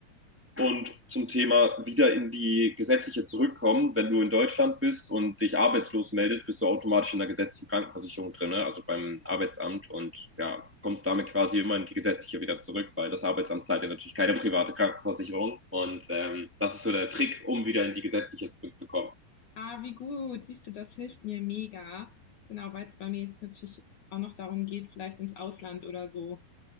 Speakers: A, in the centre; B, on the left.
A: Und zum Thema wieder in die gesetzliche zurückkommen, wenn du in Deutschland bist und dich arbeitslos meldest, bist du automatisch in der gesetzlichen Krankenversicherung drin, ne? also beim Arbeitsamt und ja, kommst damit quasi immer in die gesetzliche wieder zurück, weil das Arbeitsamt zahlt ja natürlich keine private Krankenversicherung. Und ähm, das ist so der Trick, um wieder in die gesetzliche zurückzukommen.
B: Ah, wie gut. Siehst du, das hilft mir mega. Genau, weil es bei mir jetzt natürlich auch noch darum geht, vielleicht ins Ausland oder so